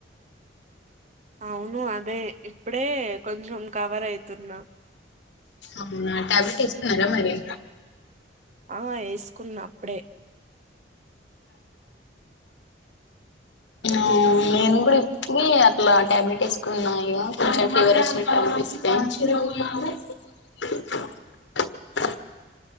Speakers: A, on the right; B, on the left.
A: అవును అదే ఇప్పుడే కొంచెం కవర్ అయితున్నా
B: అవునా ట్యాబ్లెట్ వస్తుకున్నారా మరి
A: ఆ వేసుకున్న అప్పుడే
B: ఆ నేను కూడా ఇప్ప అట్లా టాబ్లెట్ వేసుకున్నాయి కొంచం ఫీవర్ వచ్చినట్టు ఉంది పి <unintelligible>